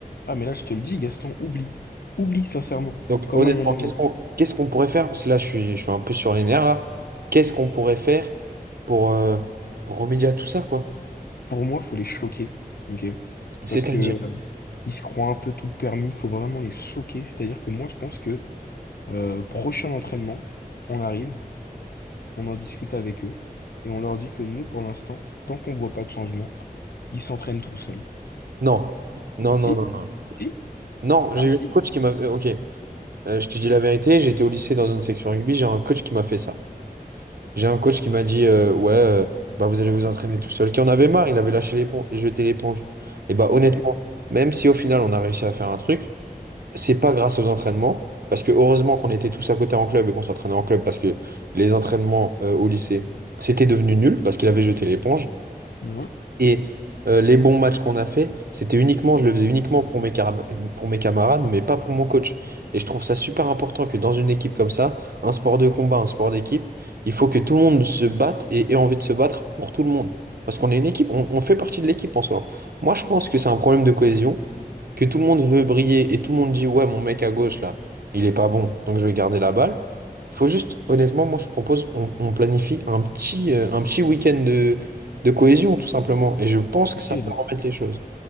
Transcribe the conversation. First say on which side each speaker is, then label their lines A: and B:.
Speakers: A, on the left; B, on the right.
A: Ah mais là je te le dis, Gaston, oublie. Oublie sincèrement.
B: Donc
A: Comment
B: honnêtement,
A: on est
B: qu'est-ce
A: en...
B: qu'on qu'est-ce qu'on pourrait faire? Parce que là, je suis, je suis un peu sur les nerfs là. Qu'est-ce qu'on pourrait faire pour, euh, pour remédier à tout ça, quoi?
A: Pour moi, faut les choquer. Ok?
B: C'est-à-dire.
A: Parce que euh, ils se croient un peu tout permis, faut vraiment les choquer. C'est-à-dire que moi je pense que euh, prochain entraînement, on arrive, on en discute avec eux, et on leur dit que nous, pour l'instant, tant qu'on voit pas de changement, ils s'entraînent tout seuls.
B: Non, non,
A: Si?
B: non, non, non.
A: Si?
B: Non, j'ai
A: Ah
B: eu
A: si?
B: un coach qui m'a... euh, Ok, Euh, je te dis la vérité, j'étais au lycée dans une section rugby, j'ai un coach qui m'a fait ça. J'ai un coach qui m'a dit, euh, ouais, euh, bah vous allez vous entraîner tout seul, qui en avait marre, il avait lâché l'éponge, jeté l'éponge. Et bah honnêtement,
A: Mhm.
B: même si au final on a réussi à faire un truc, c'est pas grâce aux entraînements, parce que heureusement qu'on était tous à côté en club et qu'on s'entraînait en club, parce que les entraînements euh, au lycée, c'était devenu nul, parce qu'il avait jeté l'éponge.
A: Mhm.
B: Et euh, les bons matchs qu'on a fait, c'était uniquement, je le faisais uniquement pour mes, caram- pour mes camarades, mais pas pour mon coach. Et je trouve ça super important que dans une équipe comme ça, un sport de combat, un sport d'équipe, il faut que tout le monde se batte et ait envie de se battre pour tout le monde. Parce qu'on est une équipe, on, on fait partie de l'équipe en soi. Moi, je pense que c'est un problème de cohésion que tout le monde veut briller et tout le monde dit ouais, mon mec à gauche là, il est pas bon, donc je vais garder la balle. Il faut juste, honnêtement, moi je propose, on, on planifie un petit, euh, un petit week-end de, de cohésion tout simplement. Et je pense que
A: Ok,
B: ça peut remettre les choses.